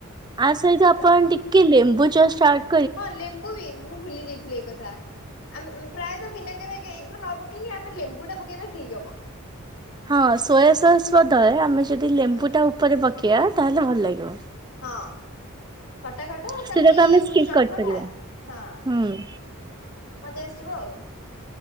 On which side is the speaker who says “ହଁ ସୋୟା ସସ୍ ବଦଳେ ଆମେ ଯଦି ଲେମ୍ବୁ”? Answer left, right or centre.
Right